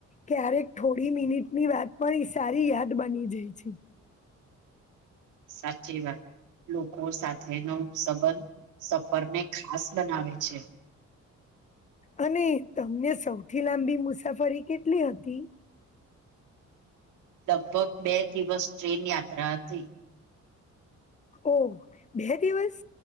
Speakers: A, on the left (about 25°); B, on the right (about 90°).
A: ક્યારેક થોડી મિનિટની વાત પણ સારી યાદ બની જાય છે,
B: સાચી વાત લોકો સાથેનો સંબંધ સફરને ખાસ બનાવે છે,
A: અને તમને સૌથી લાંબી મુસાફરી કેટલી હતી?
B: <unintelligible> લગભગ બે દિવસ ટ્રેન યાત્રા હતી,
A: ઓહ બે દિવસ